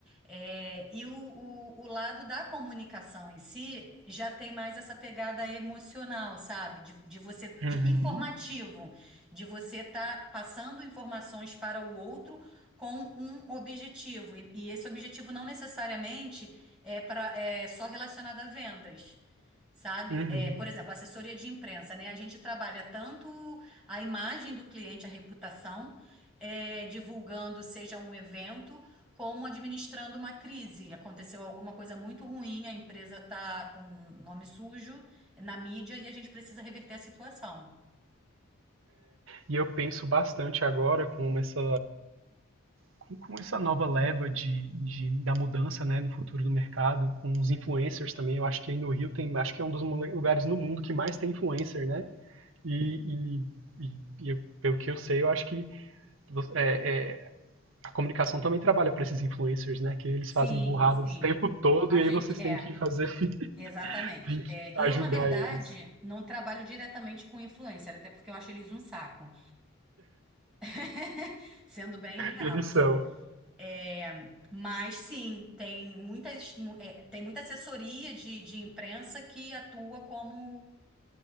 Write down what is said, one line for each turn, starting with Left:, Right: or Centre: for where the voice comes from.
Centre: É, e o, o, o lado da comunicação em si já tem mais essa pegada emocional, sabe? De, de você, de
Right: Uhum,
Centre: informativo, de você estar passando informações para o outro com um objetivo. E, e esse objetivo não necessariamente é, pra, é só relacionado a vendas. Sabe?
Right: uhum.
Centre: É, por exemplo, assessoria de imprensa, né? A gente trabalha tanto a imagem do cliente, a reputação, é, divulgando, seja um evento, como administrando uma crise. Aconteceu alguma coisa muito ruim, a empresa está com nome sujo na mídia e a gente precisa reverter a situação.
Right: E eu penso bastante agora com essa com- com essa nova leva de, de- da mudança, né, no futuro do mercado, com os influencers também. Eu acho que aí no Rio tem, acho que é um dos lugares no mundo que mais tem influencer, né? E, e- e- eu- pelo que eu sei, eu acho que é- é, a comunicação também trabalha para esses influencers, né? Que eles
Centre: Sim,
Right: fazem burradas
Centre: sim.
Right: o tempo todo
Centre: A
Right: e
Centre: gente
Right: aí vocês
Centre: é,
Right: têm que fazer, <laughs>
Centre: exatamente.
Right: tem que
Centre: É,
Right: ajudar
Centre: eu, na verdade,
Right: eles.
Centre: não trabalho diretamente com influencer, até porque eu acho eles um saco, <laughs> sendo bem real,
Right: Eles
Centre: assim.
Right: são.
Centre: É, mas sim, tem muitas, mu- é, tem muita assessoria de, de imprensa que atua como,